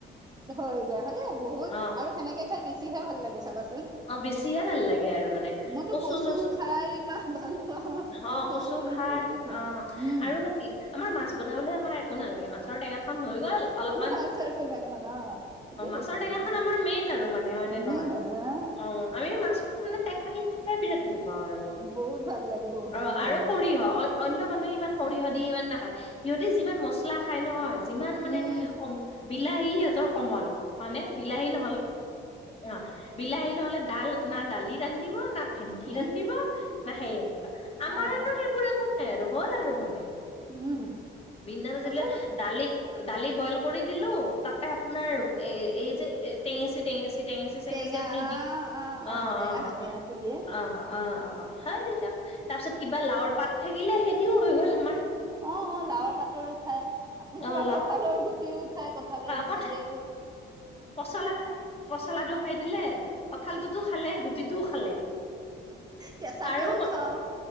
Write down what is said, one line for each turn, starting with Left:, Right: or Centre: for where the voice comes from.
Right: হৈ যায় বহুত
Left: অ',
Right: আৰু সেনেকে খাই বেছিহে ভাল লাগে চাবাচোন।
Left: অ' বেছিহে ভাল লাগে আৰু মানে
Right: মইতো
Left: কচু চচু
Right: খাই ইমান ভাল পাওঁ।
Left: অ' কচু
Right: কচুটো মোৰ
Left: খাৰ
Right: ফেভৰেট হয়।
Left: অ'
Right: উম,
Left: আৰু বাক কি আমাৰ মাছ বনাবলে আমাৰ একো নালাগে মাছৰ টেঙা খন হৈ অলপ
Right: মাছৰ টেঙা খন অ'। ঠিকে
Left: অ' মাছৰ
Right: কৈছা
Left: টেঙাখন
Right: তুমি,
Left: আমাৰ মেইন আৰু মানে হয়নে
Right: মেইন
Left: নহয়।
Right: আৰু হা
Left: অ আমি মাছটোত মানে টেঙা দি খাইে বিৰাট ভাল পাওঁ আৰু মানে
Right: বহুত ভাল লাগে বহুত
Left: অ
Right: ভাল
Left: আৰু
Right: লাগে।
Left: সৰিয়হ অ অন্য মানুহে ইমান সৰিয়হ ইমান নাখায় সিহঁতে যিমান মচলা খায় নহয় যিমান মানে
Right: উম,
Left: অ বিলাহী সিহঁতৰ কমন হয় নে বিলাহী নহ'লে অ বিলাহী নহ'লে না দালি ৰান্ধিব না ভেটি
Right: উম,
Left: ৰান্ধিব না সেই ৰান্ধিবা আমাৰ
Right: অ',
Left: আৰু সেইবোৰ একো নাই আৰু হ'ল আৰু মানে
Right: উম,
Left: বিনা ভজিলে
Right: সঁচা কথা।
Left: দালি দালি বইল কৰি দিলো তাতে আপোনাৰ এ এই যে এ টেঙেচি টেঙেচি টেঙেচি চেঙেচি
Right: টেঙা
Left: আপুনি
Right: অ',
Left: দি অ',
Right: টেঙা
Left: অ',
Right: সেয়াটো দিয়ে।
Left: অ'। অ', অ', হয় দি যাও তাৰপিছত কিবা লাওৰ পাত থাকিলে হেদিও হৈ গ'ল আমাৰ।
Right: অ', অ', লাওৰ পাতৰো খাই আপুনি
Left: অ
Right: তমাৰ
Left: লাও
Right: কঁঠালৰ গুটিও খাই কঁঠালৰ গুটিৰেও
Left: কঠ পচলা পচলাটো খাই দিলে কঁঠালটোতো খালে গুটিটোও খালে।
Right: কেঁচা
Left: আৰু
Right: কেও খাও।